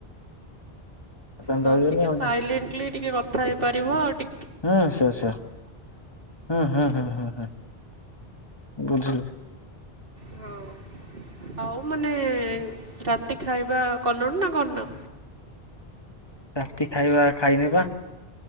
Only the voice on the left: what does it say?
ତମେ
ରହିବନି
ଆଉ
ହୁଁ ସେ ସେ, ହୁଁ ହୁଁ ହୁଁ ହୁଁ ହୁଁ। ବୁଝିଲି।
ରାତି ଖାଇବା ଖାଇନିପା।